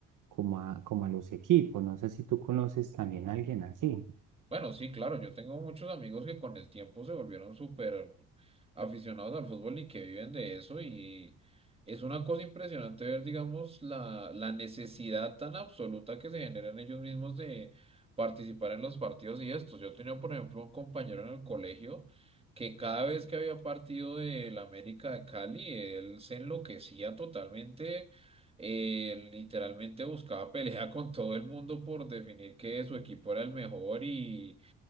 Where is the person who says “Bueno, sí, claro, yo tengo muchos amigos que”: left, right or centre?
Right